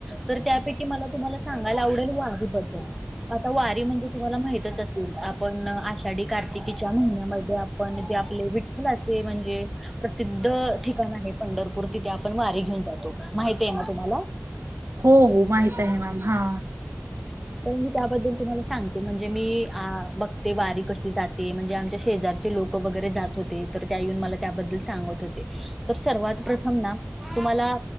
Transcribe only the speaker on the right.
हो माहित आहे मॅम हा